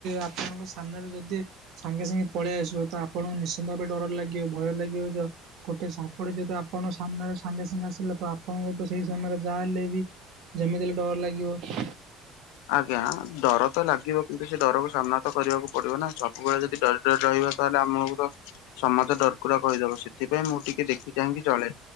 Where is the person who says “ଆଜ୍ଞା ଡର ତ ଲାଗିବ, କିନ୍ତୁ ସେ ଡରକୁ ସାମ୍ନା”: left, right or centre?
Left